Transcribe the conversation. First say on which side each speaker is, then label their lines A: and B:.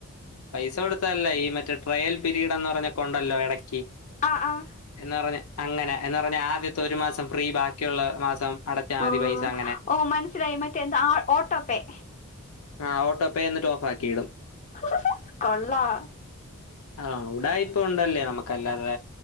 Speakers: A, on the left; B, on the left.
A: പൈസ കൊടുത്തല്ലേ ഈ മറ്റേ ട്രയൽ പീരീഡ് എന്ന് പറഞ്ഞ കൊണ്ടല്ലോ ഇടക്ക് ബി
B: ആഹ് ആഹ്
A: എന്നാ പറഞ്ഞ അങ്ങനെ എന്ന് പറഞ്ഞ ആദ്യത്തെ ഒരു മാസം ഫ്രീ ബാക്കിയുള്ള മാസം അടച്ചാൽ മതി
B: ആ
A: പൈസ അങ്ങനെ
B: ഓ മനസ്സിലായി മറ്റേ എന്താ ഓട്ടോപ്പേ
A: ആ ഓട്ടോ പേ എന്നിട്ട് ഓഫ്ക്കിയിടും
B: <unintelligible> കൊള്ളാം
A: ആഹ ഉടായിപ്പ്കൊണ്ടല്ലെ നമുക്ക്ല്ലാതെ